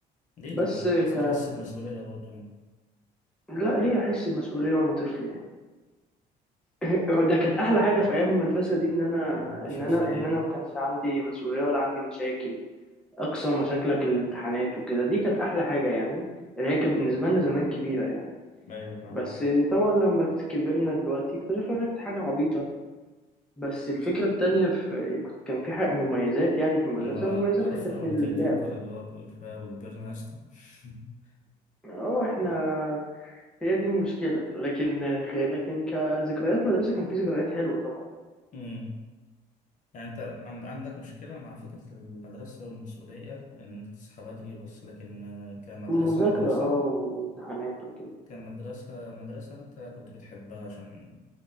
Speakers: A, on the left; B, in the centre.
A: ليه
B: بس
A: طبعا
B: ك...
A: لازم تحس بمسؤوليه برضه يعني
B: لا ليه أحس بمسؤولية وأنا طفل يعني <laughs> ده كانت أحلى حاجة في أيام المدرسة دي إن أنا
A: <laughs> مفيش
B: إن
A: مسؤوليه
B: أنا إن أنا ما كانش عندي مسؤولية ولا عندي مشاكل أقصى مشاكلك الامتحانات وكده دي كانت أحلى حاجة يعني اللي هي كانت بالنسبة لنا زمان كبيرة يعني
A: ايوه فاهم
B: بس طبعا لما كبرنا دلوقتي اكتشفنا انها كانت حاجة عبيطة بس الفكرة التانية في كنت كان في حق مميزات يعني في المدرسة
A: اللي هو
B: مميزاتها
A: عارف
B: كانت
A: اغنيه
B: في اللعب
A: الجوكر اللي هو بيقول فيها وكبرنا يا اسطى <laughs>
B: اه احنا هي دي المشكلة لكن لكن كذكريات مدرسة كان في ذكريات حلوة طبعا
A: أمم. يعني انت عند- عندك مشكله مع فكره المدرسه والمسؤوليه ان انت تصحى بدري بس لكن آه، كمدرسه
B: مذاكرة
A: مدرسه
B: اه وامتحانات وكده
A: كمدرسه مدرسه انت كنت بتحبها عشان